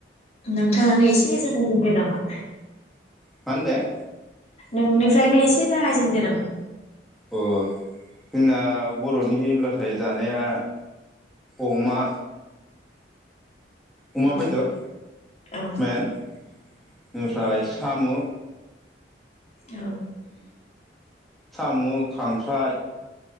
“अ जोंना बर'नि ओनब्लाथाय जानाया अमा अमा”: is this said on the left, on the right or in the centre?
Centre